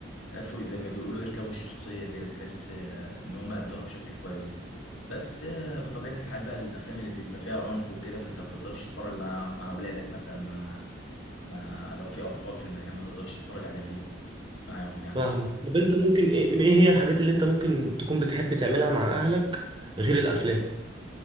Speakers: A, on the left; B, on the right.
A: عرفوا زي ما بيقولوا يركبوا الشخصية كده تحس آه، إن هم أدوها بشكل كويس بس آه، بطبيعة الحال بقى الأفلام اللي بيبقى فيها عنف وكده فأنت ما بتقدرش تتفرج مع مع أولادك مثلا مع مع لو في أطفال في المكان ما تقدرش تتفرج عليها فيها معاهم يعني
B: فاهمك طب انت ممكن ايه ايه هي الحاجات اللي انت ممكن تكون بتحب تعملها مع اهلك غير الافلام